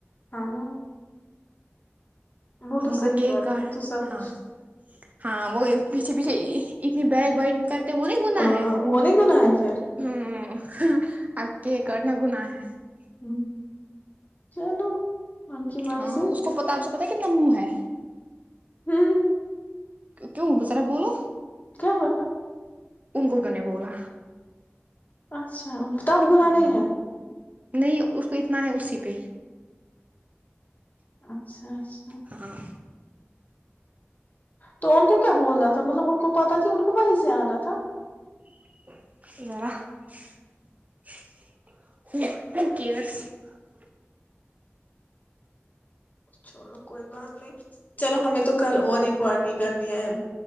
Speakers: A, on the left; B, on the right.
A: ہ <unintelligible> وہ
B: اب
A: تو
B: ان کو
A: صحیح
B: کیک
A: بات
B: کا
A: ہے پھر تو سب کچھ
B: ہاں ہاں وہ پیچھے پیچھے اتنی بیگ بائٹ نہیں کر تو وہ نہیں گنا
A: ہاں
B: ہے
A: وہ نہیں گناہ ہے پھر
B: ہ اب کےٹنا گنا ہے <unintelligible>
A: ہ چلو ان کی مرضی
B: ہاں اس کو پتاب سے پتاہ کتناامو ہے
A: ہوں
B: کیوں ب سرا بولو
A: کیا پتا
B: ان کوت نے بولا
A: اچھا کتاب
B: ہوں
A: گناہ نہیں ہے
B: نہیں اس کو اتنا ہے اسی پہ
A: اچھا اچھا
B: ہاں
A: تو ان کو کیا بولنا تھا مطلب ان کو پت تھی ان کو وہیں سے آنا تھا
B: ا <unintelligible>
A: چوڑو کوئی بات نہیں چلو ہمیں تو کل اور رہ ہے پارٹی کرنی ہے